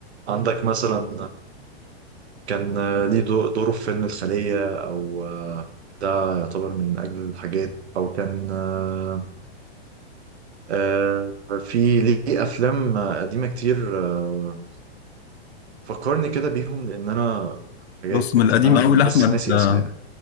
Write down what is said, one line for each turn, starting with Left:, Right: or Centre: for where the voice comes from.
Right: عندك مثلا كان آه، ليه دو- دوره في فيلم الخلية او آه، ده يعتبر من اجل الحاجات او كان آه، آه، في ليه افلام آه، قديمه كتير آه، فكرني كده بيهم لان انا حاجات
Left: بص من القديم
Right: لان انا
Left: قوي لاحمد
Right: بس ناسي
Left: آه،
Right: اسماء